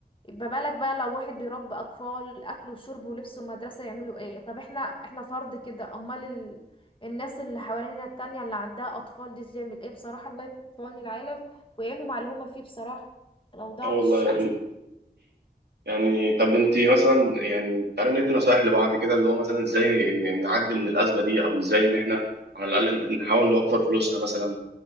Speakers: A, on the left; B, on the right.
A: يبقى بالك بقى لو واحد بيربي اطفال اكل وشرب ولبس ومدرسه يعملوا ايه طب احنا احنا فرد كده امال ال... الناس اللي حوالينا التانية اللي عندها اطفال دي تعمل ايه بصراحه الله يكون في عون العالم ويعينهم على اللي هما فيه بصراحه الاوضاع
B: اه والله
A: مش
B: يا
A: احسن
B: بيه. يعني طب انت مثلا يعني تعالي ندي نصايح لبعض كده اللي هو مثلا ازاي ن- ن- نعدي من الازمه دي او ازاي ان احنا على الاقل نحاول نوفر فلوسنا مثلا